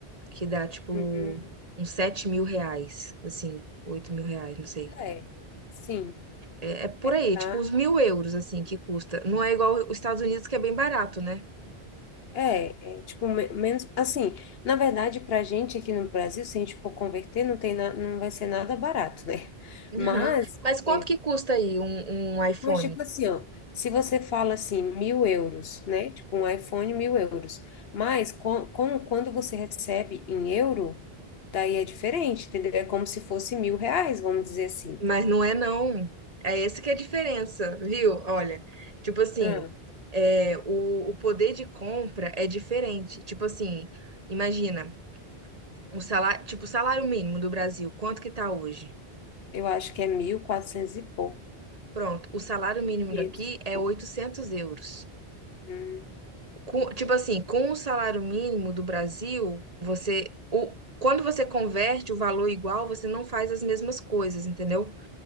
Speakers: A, on the right; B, on the left.
A: Que dá, tipo,
B: Uhum.
A: uns sete mil reais, assim, oito mil reais, não sei.
B: É, sim,
A: É, é por aí,
B: tá?
A: tipo, uns mil euros, assim, que custa. Não é igual os Estados Unidos, que é bem barato, né?
B: É, é tipo, me- menos, assim, na verdade, pra gente aqui no Brasil, se a gente for converter, não tem na, não vai ser nada barato, né?
A: Aham.
B: Mas,
A: Mas quanto
B: é,
A: que custa aí um, um iPhone?
B: Mas, tipo assim, ó, se você fala assim, mil euros, né? Tipo, um iPhone, mil euros. Mas, com, com- quando você recebe em euro, daí é diferente, entendeu? É como se fosse mil reais, vamos dizer assim.
A: Mas não é não. É essa que é a diferença, viu? Olha, tipo assim,
B: Ah,
A: é, o, o poder de compra é diferente. Tipo assim, imagina, O salário, tipo, o salário mínimo do Brasil, quanto que tá hoje?
B: eu acho que é mil quatrocentos e pouco,
A: Pronto, o salário mínimo
B: quinhentos
A: daqui
B: e
A: é
B: pouco.
A: 800 euros.
B: Hum,
A: Com- tipo assim, com o salário mínimo do Brasil, você, o, quando você converte o valor igual, você não faz as mesmas coisas, entendeu?